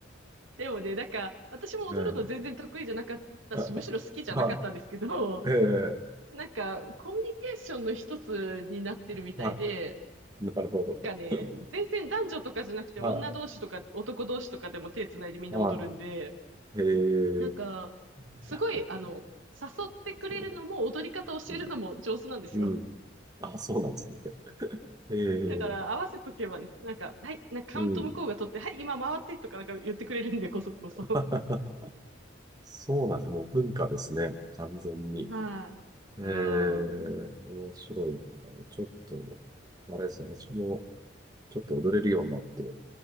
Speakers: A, on the right; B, on the right.
A: でもね、なんか、私も踊るの全然得意じゃなかったし、
B: ねえ。<laughs>
A: むしろ好きじゃなかったんですけど、
B: はい。ええ、
A: <laughs> なんか、コミュニケーションの一つになってるみたいで、
B: はい。なるほど。
A: なんかね、
B: <laughs>
A: 全然男女とかじゃなくて、
B: は
A: 女同士とか男同士とかでも手つないでみんな踊るんで、
B: い。はい。へえ。
A: なんか、すごい、
B: なんか、
A: あの、誘ってくれるのも踊り方教えるのも上手なんですよ。
B: そうだ。うん。うん。あ、そうなんですね。ええ。
A: だから合わせとけばね、なんか、はい、なんかカウント向こうが取って、
B: うん。
A: はい、今回ってとかなんか言ってくれるんで、こそこそ。
B: <laughs> そうなんですね。もう文化ですね。完全に。
A: はい。
B: ええ、
A: うん。
B: 面白いな。
A: う
B: ちょっと、あれですね。私も、ちょっと踊れるようになって、